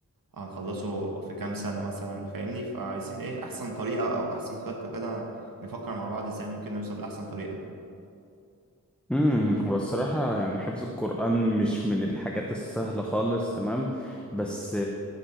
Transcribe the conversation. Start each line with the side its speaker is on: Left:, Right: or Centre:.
Right: هنخلصه في كام سنة مثلا فاهمني فعايزين إيه أحسن طريقة أو أحسن خطة كده نفكر مع بعض إزاي ممكن نوصل لأحسن طريقة
Centre: امم والصراحة يعني حفظ القرآن مش من الحاجات السهلة خالص تمام بس